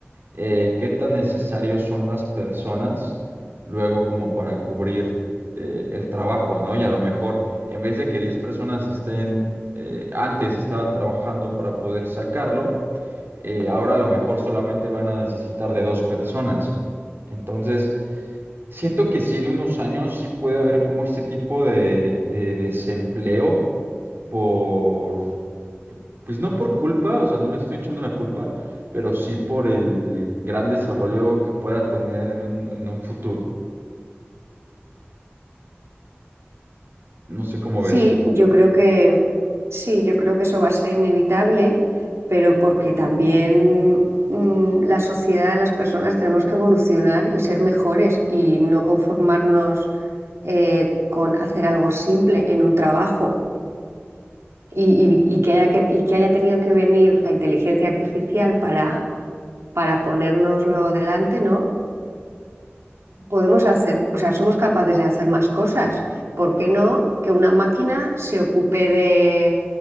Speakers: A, on the right (about 55°); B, on the right (about 80°).
A: eh, ¿qué tan necesarios son las personas luego como para cubrir eh, el trabajo, ¿no? Y a lo mejor, en vez de que 10 personas estén, eh, antes estaban trabajando para poder sacarlo, eh, ahora a lo mejor solamente van a necesitar de dos personas. Entonces, siento que sí, en unos años sí puede haber como este tipo de, de desempleo por, pues no por culpa, o sea, no le estoy echando la culpa, pero sí por el gran desarrollo que pueda tener en un, en un futuro. No sé cómo
B: Sí,
A: ves.
B: yo creo que sí, yo creo que eso va a ser inevitable, pero porque también mm, la sociedad, las personas tenemos que evolucionar y ser mejores y no conformarnos eh, con hacer algo simple en un trabajo y, y- y que haya que- y que haya tenido que venir la inteligencia artificial para, para ponérnoslo delante, ¿no? podemos hacer, o sea, somos capaces de hacer más cosas. ¿Por qué no que una máquina se ocupe de,